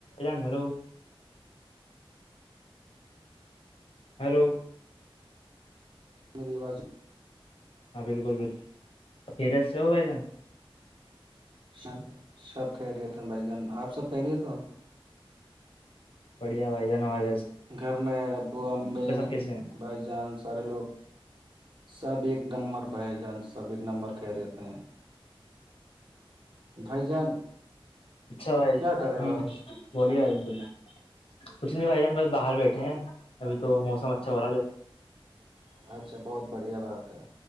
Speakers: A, on the left (about 75°); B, on the right (about 55°).
A: جانلو ہیلو
B: میریواز
A: ہاں بالکل بالکل پرے سے ہو بھائی جان
B: سب سب کہہ رہیے تھے بھائی جان آپ سب کہہ رہے تھ
A: بڑھیا بائیا نواز
B: گھر میں ابو امی
A: کیسے
B: بھائی جان سارے لوگ سب ایک نمبر بھائی جان سب ایک نمبر خہریتے ہیں بھائی جان
A: اچھا بھائی
B: کیا
A: ہ
B: کر رہے ہو آپ
A: بولیم بلہ کچھ نہیں بھائی جان بس باہر بیٹھے ہیں ابھی تو موسم اچھا ہو رہا ہے جب
B: اچھا بہت بڑھیا بات ہے